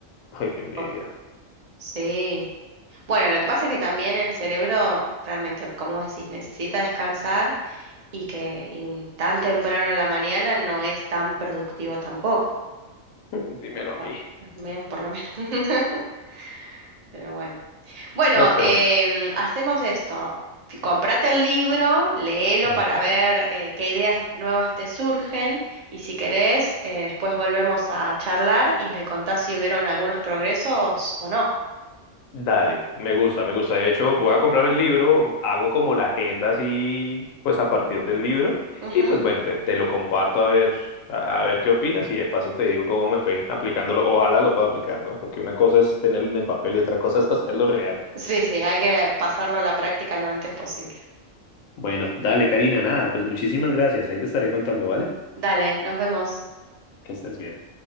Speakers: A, on the left (about 80°); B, on the right (about 45°).
A: <laughs> ay, qué envidia.
B: Por- Sí. Bueno, lo que pasa es que también el cerebro realmente, como vos decís, necesita descansar y que y tan temprano en la mañana no es tan productivo tampoco.
A: <laughs> Dímelo a
B: Por-
A: mí.
B: Menos por lo menos. <laughs> Pero bueno. Bueno,
A: No, pero
B: em, hacemos esto. Fi- Comprate el libro, léelo
A: ujú.
B: para ver eh, qué ideas nuevas te surgen y si querés, eh, después volvemos a charlar y me contás si hubieron algunos progresos o no.
A: Dale, me gusta, me gusta. De hecho, voy a comprar el libro, hago como la agenda así, pues a partir del libro.
B: Ujú.
A: Y pues bueno, te, te lo comparto a ver, a, a ver qué opinas y de paso te digo cómo me fue aplicándolo. Ojalá lo pueda aplicar, ¿no? Porque una cosa es tenerlo en el papel y otra cosa es <laughs> hacerlo real.
B: Sí, sí, hay que pasarlo a la práctica lo antes posible.
A: Bueno, dale, Karina, nada, pues muchísimas gracias. Ahí te estaré contando, ¿vale?
B: Dale, nos vemos.
A: Que estés bien.